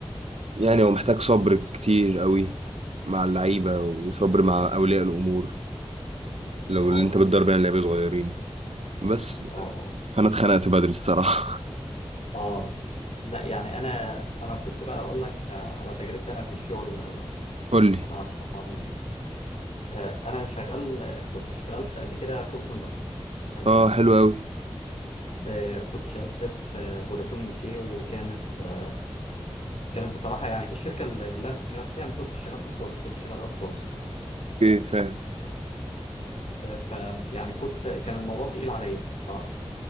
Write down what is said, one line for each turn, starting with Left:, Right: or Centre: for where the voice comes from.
Right: يعني هو محتاج صبر كتير قوي مع اللعيبة وصبر مع أولياء الأمور لو
Left: اه
Right: اللي أنت بتدرب يعني لعيبة صغيرين بس
Left: اه
Right: فأنا اتخنقت بدري الصراحة
Left: اه لا يعني انا انا كنت بقى اقول لك آه، على تجربتي انا في الشغل آه،
Right: <laughs> قولي
Left: مع الناس عموما آه، انا شغال آه، كنت اشتغلت قبل كده كول سنتر آه،
Right: اه حلو أوي
Left: ب- كنت اشتغلت في آه، فودافون يو كي وكانت آه، كانت بصراحه يعني الشركه اللي اللي انا كنت شغال فيها ما كنتش شغال ان سورس كنت شغال اوت سورس
Right: اوكي فاهم
Left: فيعني كنت كان الموضوع تقيل عليا بصراحه